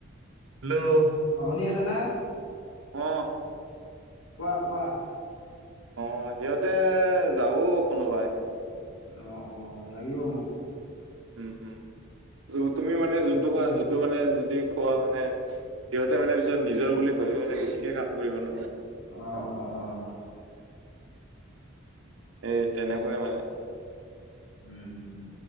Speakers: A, on the right; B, on the left.
A: হেল্ল'
B: অ শুনি আছে নে?
A: অ।
B: কোৱা কোৱা।
A: অ সিহঁতে যাব কোনোবাই।
B: অ অ অ লাগিব মোক।
A: উম উম তুমি মানে যোনটো খোৱা সেইটো মানে যদি খোৱা মানে সিহঁতে মানে পিছত নিজৰ বুলি ভাবি মানে বেছিকে কাম কৰিব ন।
B: অ, অ, অ।
A: এই তেনেকৈ মানে
B: উম